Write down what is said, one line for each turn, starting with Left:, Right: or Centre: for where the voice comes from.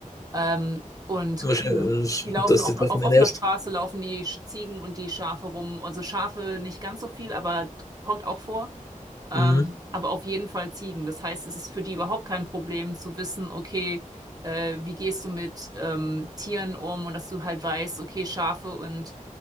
Right: ähm, und
Left: Wahrscheinlich,
Right: Kühe. Die laufen
Left: dass
Right: auch
Left: das das
Right: auf
Left: nicht
Right: offener
Left: erst.
Right: Straße, laufen die Sch- Ziegen und die Schafe rum. Also Schafe nicht ganz so viel, aber kommt auch vor. Ähm,
Left: Mhm.
Right: aber auf jeden Fall Ziegen. Das heißt, es ist für die überhaupt kein Problem zu wissen, okay, äh, wie gehst du mit ähm, Tieren um und dass du halt weißt, okay, Schafe und